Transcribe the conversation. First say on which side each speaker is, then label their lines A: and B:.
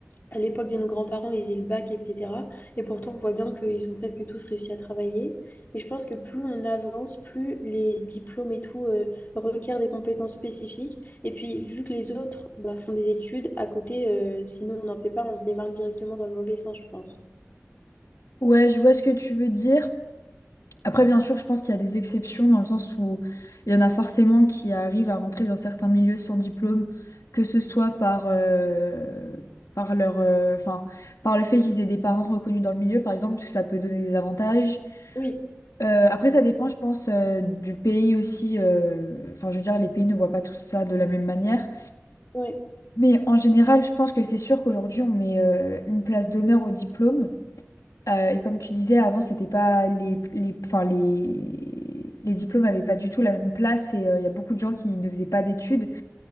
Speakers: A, on the left; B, on the left.
A: à l'époque de nos grands-parents, ils avaient le bac, etc. Et pourtant, on voit bien qu'ils ont presque tous réussi à travailler. Mais je pense que plus on avance, plus les diplômes et tout euh, requièrent des compétences spécifiques. Et puis, vu que les autres bah, font des études à côté, euh, si nous, on n'en fait pas, on se démarque directement dans le mauvais sens, je pense.
B: Ouais, je vois ce que tu veux dire. Après, bien sûr, je pense qu'il y a des exceptions dans le sens où il y en a forcément qui arrivent à rentrer dans certains milieux sans diplôme, que ce soit par, euh, par leur, euh, enfin, par le fait qu'ils aient des parents reconnus dans le milieu, par exemple, parce que ça peut donner des avantages.
A: Oui,
B: Euh, après, ça dépend, je pense, euh, du pays aussi. euh, Enfin, je veux dire, les pays ne voient pas tout ça de la même manière.
A: oui,
B: Mais en général, je pense que c'est sûr qu'aujourd'hui, on met euh, une place d'honneur au diplôme. Euh, et comme tu disais, avant, c'était pas les, les, enfin, les, les diplômes n'avaient pas du tout la même place. Et euh, il y a beaucoup de gens qui ne faisaient pas d'études.